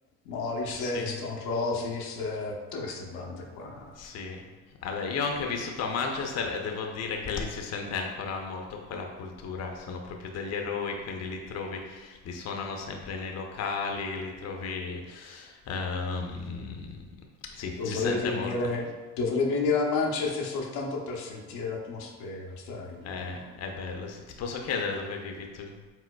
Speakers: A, on the left; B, on the left.
A: Morrissey,
B: sì.
A: Stone Roses, eh, tutte queste bande qua.
B: Sì, allora, io ho anche vissuto a Manchester e devo dire che lì si sente ancora molto quella cultura, sono proprio degli eroi, quindi li trovi, li suonano sempre nei locali, li trovi... ehm, sì,
A: Dovrei
B: si sente
A: venire,
B: molto,
A: dovrei venire a Manchester soltanto per sentire l'atmosfera, sai?
B: è,
A: eh.
B: è bello. Sì, Ti posso chiedere dove vivi tu?